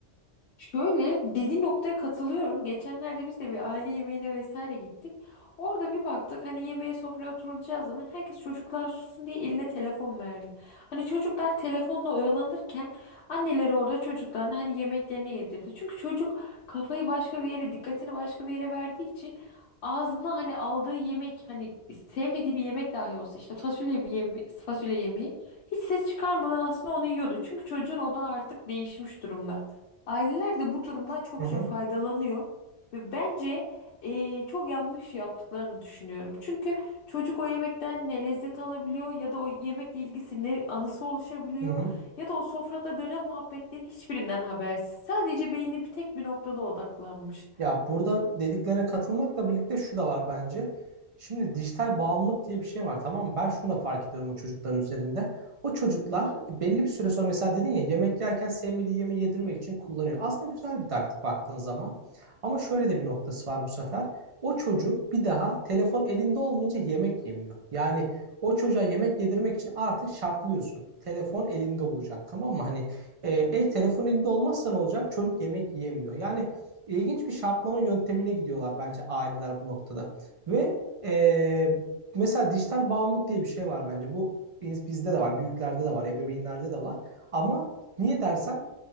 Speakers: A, on the left (about 65°); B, on the right (about 55°).
A: Şöyle dediğin noktaya katılıyorum. Geçenlerde biz de bir aile yemeğine vesaire gittik. Orada bir baktık hani yemeğe sofraya oturulacağı zaman herkes çocuklar sussun diye eline telefon verdi. Hani çocuklar telefonla oyalanırken anneleri orada çocuklarına hani yemeklerini yedirdi. Çünkü çocuk kafayı başka bir yere, dikkatini başka bir yere verdiği için ağzına hani aldığı yemek hani sevmediği bir yemek dahi olsa işte fasulye bir yeme fasulye yemeği hiç ses çıkarmadan aslında onu yiyordu. Çünkü çocuğun odağı artık değişmiş durumda. Aileler de bu durumdan çokça
B: Hı hı,
A: faydalanıyor ve bence eee, çok yanlış yaptıklarını düşünüyorum. Çünkü çocuk o yemekten ne lezzet alabiliyor ya da o yemekle ilgisi ne anısı oluşabiliyor
B: hı hı.
A: ya da o sofrada dönen muhabbetlerin hiçbirinden habersiz. Sadece beyni bir tek bir noktada odaklanmış.
B: Ya burada dediklerine katılmakla birlikte şu da var bence. Şimdi dijital bağımlılık diye bir şey var tamam mı? Ben şunu da fark ediyorum o çocukların üzerinde. O çocuklar e, belli bir süre sonra mesela dedin ya yemek yerken sevmediği yemeği yedirmek için kullanıyor. Aslında güzel bir taktik baktığın zaman. Ama şöyle de bir noktası var bu sefer. O çocuk bir daha telefon elinde olmayınca yemek yemiyor. Yani o çocuğa yemek yedirmek için artık şartlıyorsun. Telefon elinde olacak tamam mı? Hani e, e, telefon elinde olmazsa ne olacak? Çocuk yemek yiyemiyor. Yani ilginç bir şartlama yöntemine gidiyorlar bence aileler bu noktada. Ve e, mesela dijital bağımlılık diye bir şey var bence. Bu bizde de var, büyüklerde de var, ebeveynlerde de var. Ama niye dersen